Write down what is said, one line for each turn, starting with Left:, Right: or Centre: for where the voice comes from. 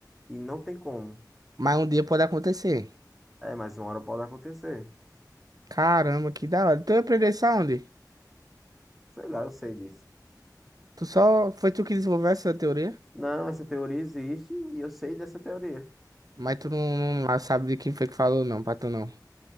Centre: e não tem como.
Right: Mas um dia pode acontecer.
Centre: É, mas uma hora pode acontecer.
Right: Caramba, que da hora. Tu aprendeu isso aonde?
Centre: Sei lá, eu sei disso.
Right: Tu só. Foi tu que desenvolveu essa teoria?
Centre: Não, essa teoria existe e eu sei dessa teoria.
Right: Mas tu não, não sabe de quem foi que falou, não, pra tu não.